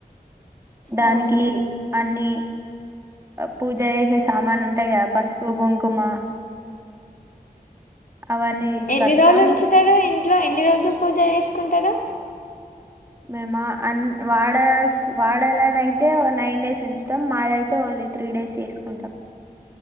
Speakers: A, on the right; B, on the left.
A: దానికి
B: ఆహా
A: అన్ని పూజ చేసే సామాను ఉంటాయి కద పసుపు కుంకుమ అవన్నీ తీసకస్తాం
B: ఎన్ని రోజులు ఉంచుతారు ఇంట్లో ఎన్ని రోజులు పూజ చేసుకుంటరు
A: మేము అ అన్ వాడస్ వాడాలన అయితే నైన్ డేస్ ఉంచుతాం మాదయితే ఓన్లీ త్రీ డేస్ చేసుకుంటాం